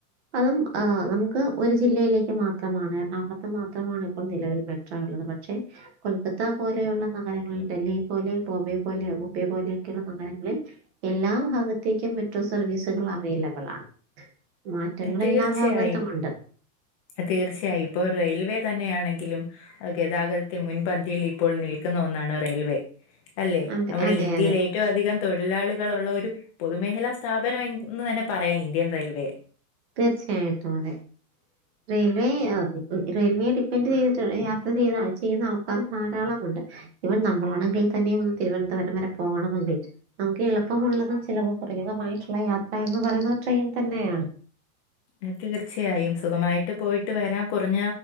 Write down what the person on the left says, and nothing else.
ഏഹ് തീർച്ചയായും
തീർച്ചയായും. ഇപ്പൊ റെയിൽവേ തന്നെയാണെങ്കിലും ഗതാഗതത്തിൽ മുൻപന്തിയിൽ ഇപ്പോൾ നിൽ ഒന്നാണ് റെയിൽവേ. അല്ലേ
നമ്മടെ
ഇന്ത്യയിലേ
ഏറ്റവും അധികം തൊഴിലാളികളുള്ള ഒരു പൊതുമേഖലാ സ്ഥാപനം എന്ന് തന്നെ പറയാ ഇന്ത്യൻ റെയിൽവേ
അത് തീർച്ചയായും. സുഖമായിട്ട് പോയിട്ട് വെരാം കൊറെഞ്ഞ